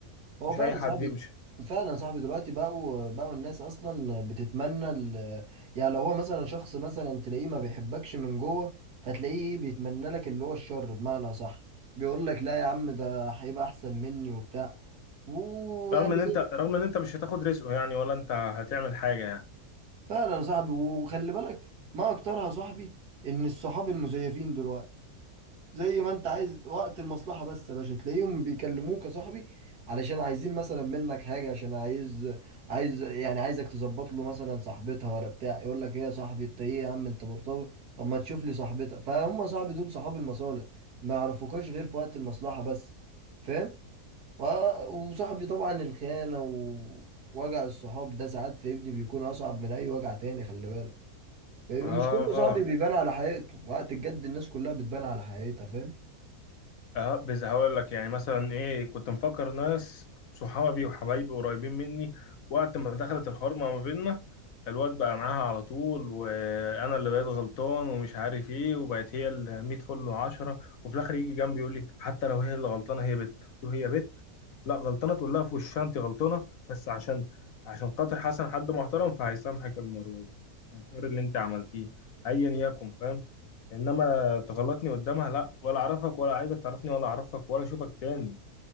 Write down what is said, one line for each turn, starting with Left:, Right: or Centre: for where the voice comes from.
Right: هو
Left: مش
Right: فعلا
Left: اي حد
Right: صاحبي
Left: يمشي
Right: فعلا صاحبي دلوقتي بقوا بقوا الناس اصلا بتتمنى ال... يعني لو هو مثلا شخص مثلا تلاقيه ما بيحبكش من جوه فتلاقيه بيتمنى لك اللي هو الشر بمعنى صح بيقول لك لا يا عم ده هيبقى احسن مني وبتاع ويعني
Left: رغم ان
Right: زي
Left: انت
Right: ما-
Left: رغم ان انت مش هتاخد رزقه يعني ولا انت هتعمل حاجه يعني
Right: فعلا صاحبي وخلي بالك ما اكترها صاحبي ان الصحاب المزيفين دلوقتي زي ما انت عايز وقت المصلحة بس يا باشا تلاقيهم بيكلموك يا صاحبي علشان عايزين مثلا منك حاجة عشان عايز عايز يعني عايزك تظبط له مثلا صاحبتها ولا بتاع يقول لك ايه يا صاحبي انت ايه يا عم انت مرتبط طب ما تشوف لي صاحبتها فهم صاحبي دول صحاب المصالح ما يعرفوكوش غير في وقت المصلحة بس فاهم و- وصاحبي طبعا الخيانة ووجع الصحاب ده ساعات في ابني بيكون أصعب من أي وجع تاني خلي بالك ومش
Left: اه
Right: كل
Left: آه.
Right: صاحبي بيبان على حقيقته وقت الجد الناس كلها بتبان على حقيقتها فاهم
Left: اه بس هقول لك يعني مثلا ايه كنت مفكر ناس صحابي وحبايبي قريبين مني وقت ما دخلت الحرمة ما بيننا الواد بقى معاها على طول وانا اللي بقيت غلطان ومش عارف ايه وبقت هي ال 100 فل و10 وفي الاخر يجي جنبي يقول لي حتى لو هي اللي غلطانه هي بت قلت له هي بت لا غلطانه تقول لها في وشها انت غلطانه بس عشان عشان خاطر حسن حد محترم فهيسامحك المره دي عشان الحوار اللي انت عملتيه ايا يكن فاهم انما تغلطني قدامها لا ولا اعرفك ولا عايزك تعرفني ولا اعرفك ولا اشوفك تاني